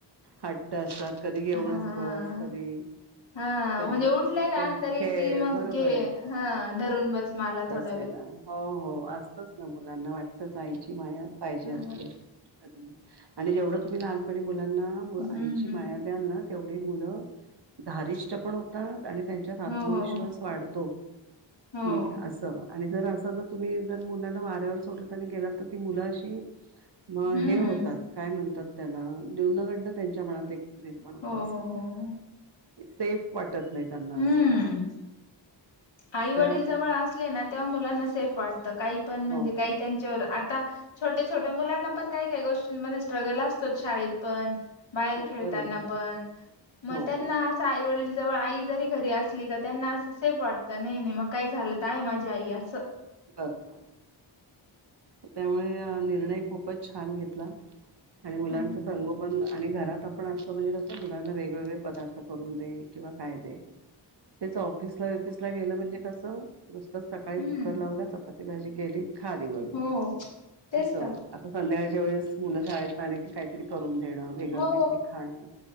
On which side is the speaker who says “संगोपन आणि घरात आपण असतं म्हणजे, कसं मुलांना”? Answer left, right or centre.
Right